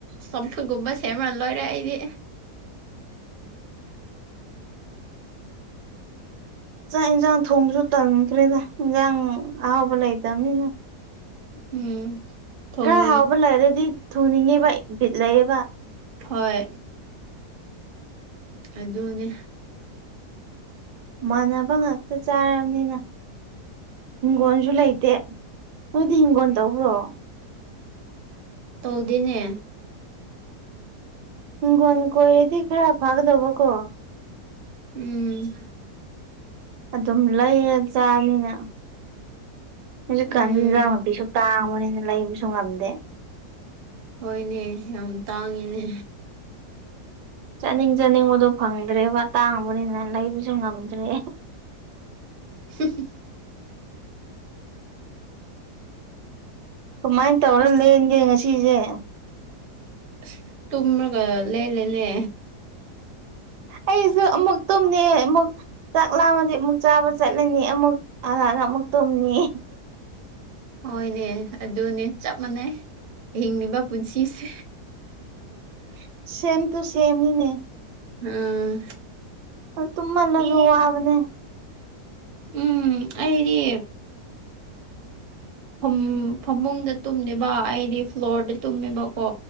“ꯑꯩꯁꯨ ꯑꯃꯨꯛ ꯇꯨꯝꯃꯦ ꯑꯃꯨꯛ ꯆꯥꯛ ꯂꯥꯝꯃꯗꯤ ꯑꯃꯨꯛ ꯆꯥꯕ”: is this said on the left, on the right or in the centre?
Right